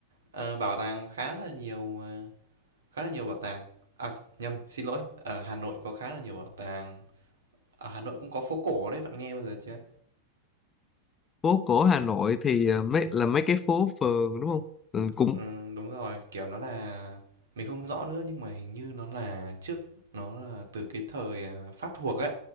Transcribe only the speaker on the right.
Ờ, bảo tàng khá là nhiều ờ, khá là nhiều bảo tàng à nhầm xin lỗi ở Hà Nội có khá là nhiều bảo tàng ở Hà Nội cũng có phố cổ đấy bạn nghe bao giờ chưa
ừ, đúng rồi kiểu nó là mình không rõ nữa nhưng mà hình như nó là trước nó là từ cái thời à, Pháp thuộc ấy